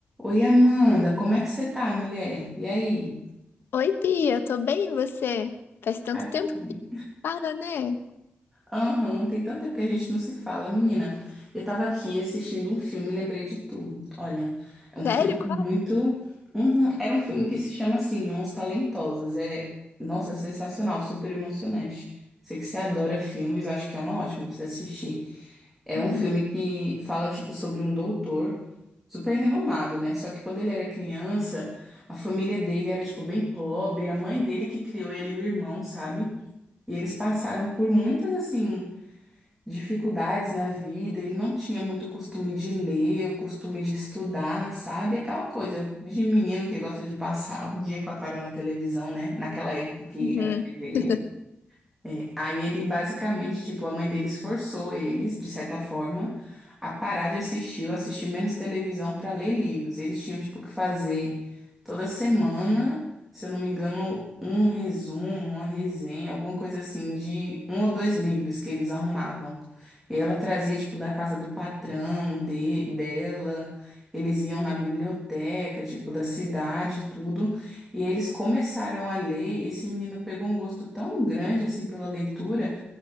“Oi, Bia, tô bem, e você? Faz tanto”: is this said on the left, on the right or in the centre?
Left